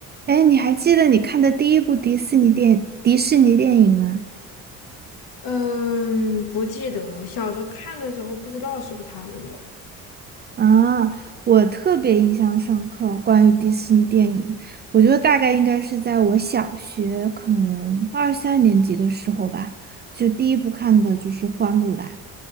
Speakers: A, on the right; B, on the left.
A: 哎，你还记得你看的第一部迪士尼电迪士尼电影吗？
B: 嗯，不记得了。小时候看的时候不知道是不是他们的。
A: 啊，我特别印象深刻，关于迪士尼电影，我觉得大概应该是在我小学可能二三年级的时候吧，就第一部看的就是《花木兰》。